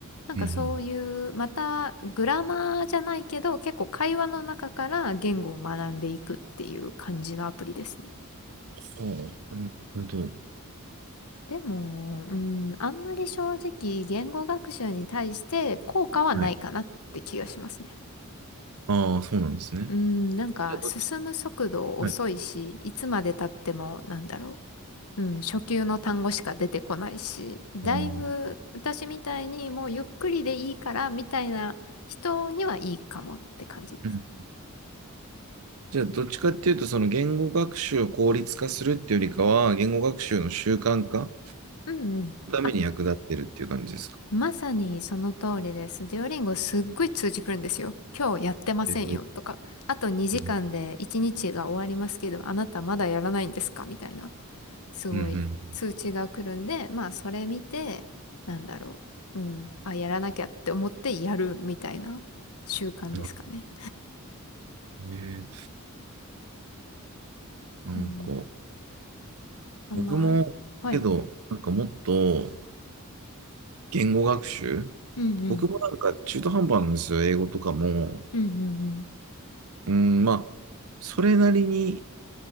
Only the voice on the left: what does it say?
なんかそういう、
またグラマーじゃないけど、結構会話の中から言語を学んでいくっていう感じのアプリですね。
でも、うん、あんまり正直言語学習に対して効果はないかなって気がしますね。
うん、
なんか進む速度遅いし、
いつまで経ってもなんだろう。うん、初級の単語しか出てこないし、だいぶ私みたいにもうゆっくりでいいからみたいな人にはいいかもって感じです。
うんうん。
あ、まさにその通りです。デュオリンゴすっごい通知来るんですよ。今日やってませんよとか、
あと2時間で1日が終わりますけど、
あなたまだやらないんですかみたいな、すごい通知が来るんで、
まあそれ見て、なんだろう。うん。あ、やらなきゃって思ってやるみたいな習慣ですかね。
うん。あんま、
はい。
うんうん。
うんうんうん。